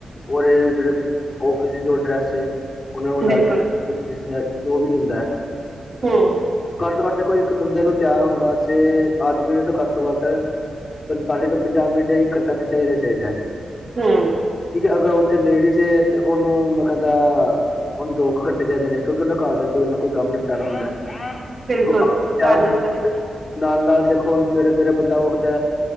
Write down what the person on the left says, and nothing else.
ਔਰ ਏ ਜੇੜੇ ਔਫਿਸ ਜੋ ਡਰੈਸ ਏ ਉਨਾ <unintelligible>
ਜੋ ਵੀ ਹੁੰਦਾ ਐ।
ਘੱ ਤੋਂ ਘੱਟ ਦੇ ਕੋ ਇੱਕ ਬੰਦੇ ਨੂੰ ਤਿਆਰ ਹੋਣ ਆਸੇ ਆਦਮੀ ਨੂੰ ਤੇ ਘੱਟ ਤੋਂ ਘੱਟ ਪੰਤਾਲੀ ਤੋਂ ਪੰਜਾਹ ਮਿੰਟ ਇੱਕ ਘੰਟਾ ਤੇ ਚਾਈਦਾ ਚਾਈਦਾ ਐ।
ਠੀਕ ਹੈ ਅਗਰ ਓ ਜਿਥੇ ਲੇਡੀਜ਼ ਤੇ ਉਨੂੰ ਮੈਂ ਕੇਂਦਾ ਉਨੂੰ ਦੋ ਕੁ ਘੰਟੇ ਚਈਦੇ ਨੇ। ਕਿਉਂਕਿ ਉਨੇ ਘਰ ਦਾ ਕੋਈ ਕੋਈ ਕੰਮ ਨਿਪਟਾਣਾ ਹੁੰਦਾ। ਹ,
ਦੇਖੋ ਆਪ ਤਿਆਰ
ਹੋਣਾ।
ਨਾਲ- ਨਾਲ ਦੇਖੋ ਹੁਣ ਸਵੇਰੇ ਸਵੇਰੇ ਬੰਦਾ ਉੱਠਦਾ।